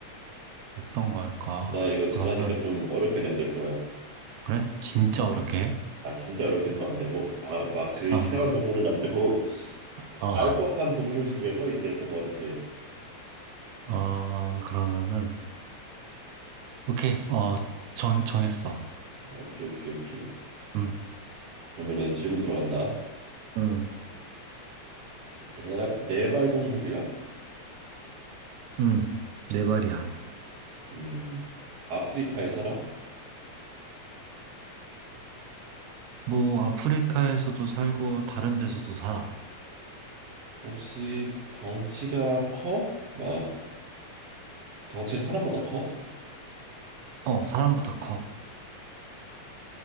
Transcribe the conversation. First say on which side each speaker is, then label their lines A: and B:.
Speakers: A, on the right; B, on the right.
A: 어떤 거 할까?
B: 나 이거 잘하니까
A: 그러면
B: 좀 어렵게 내야 될 거야.
A: 그래? 진짜
B: 응.
A: 어렵게? 해?
B: 아, 진짜 어렵긴 또 안 되고, 막, 막 그
A: 아,
B: 이상한 동물은 안 되고, <laughs>
A: 어,
B: 알 법한 동물 중에서 이제 좀 어렵게.
A: 어, 그러면은 오케이. 어, 정 정했어.
B: 오케이, 오케이, 오케이.
A: 음,
B: 그러면은 질문 들어간다.
A: 응,
B: 내가, 네발 동물이야?
A: 응, 네 발이야.
B: 음, 아프리카에 살아?
A: 뭐 아프리카에서도 살고 다른 데서도 살아.
B: 혹시 덩치가 커? 막 덩치가 사람보다 커?
A: 어, 사람보다 커.